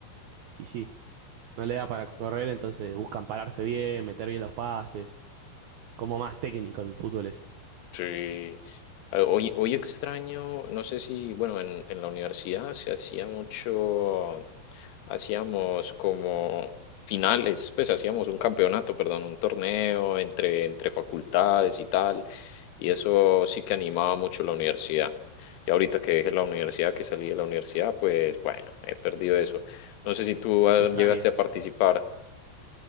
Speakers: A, on the right; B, on the left.
A: Y sí, no le da para correr, entonces buscan pararse bien, meter bien los pases. Como más técnico el fútbol ese.
B: Sí. Eh, Hoy, hoy extraño, no sé si, bueno, en, en la universidad se hacía mucho, hacíamos como finales, pues hacíamos un campeonato, perdón, un torneo entre, entre facultades y tal, y eso sí que animaba mucho la universidad. Y ahorita que dejé la universidad, que salí de la universidad, pues bueno, he perdido eso. No sé si tú ah,
A: Se extraña.
B: llegaste a participar.